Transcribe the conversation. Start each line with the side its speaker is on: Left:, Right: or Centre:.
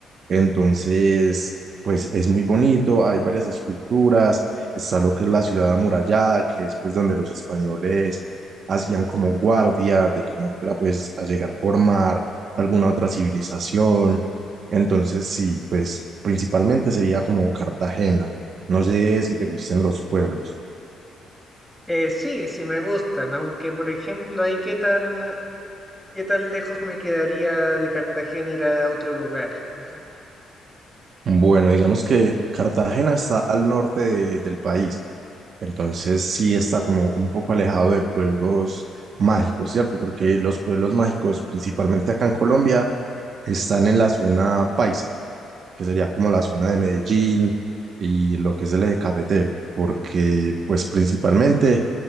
Right: Entonces pues es muy bonito, hay varias esculturas, está lo que es la ciudad amurallada, que es pues donde los españoles hacían como guardia de que no fuera pues a llegar por mar alguna otra civilización. Entonces sí, pues principalmente sería como Cartagena. No sé si te gusten los pueblos.
Centre: Eh, sí, sí me gustan, aunque por ejemplo, ahí qué tan, qué tan lejos me quedaría de Cartagena ir a otro lugar, por ejemplo.
Right: Bueno, digamos que Cartagena está al norte de- del país, entonces sí está como un poco alejado de pueblos mágicos, ¿cierto? Porque los pueblos mágicos, principalmente acá en Colombia, están en la zona paisa, que sería como la zona de Medellín y lo que es el eje cafetero, porque pues principalmente